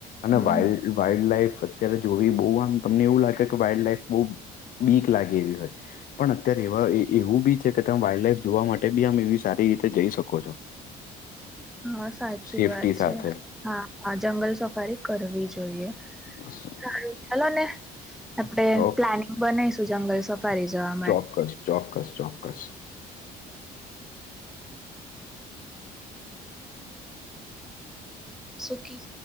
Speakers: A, on the left; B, in the centre.
A: અને
B: હમ
A: વાઈલ્ડ-વાઈલ્ડ લાઈફ અત્યારે જોવી બહું આમ તમને એવું લાગે કે વાઈલ્ડ લાઈફ બહુ બીક લાગે એવી હોય. પણ અત્યારે એવા એવું બી છે કે તમે વાઈલ્ડ લાઈફ જોવા માટે બી આમ એવી સારી રીતે જઈ શકો છો.
B: <inaudible> હા સાચી
A: સેફ્ટી
B: વાત
A: સાથે
B: છે. હા, જંગલ સફારી કરવી જોઈએ.
A: <inaudible>
B: સારું ચાલો ને આપડે
A: ઓકે
B: પ્લાનિંગ બનાવીશું જંગલ સફારી જવા માં.
A: ચોક્કસ ચોક્કસ ચોક્કસ.
B: સુખી.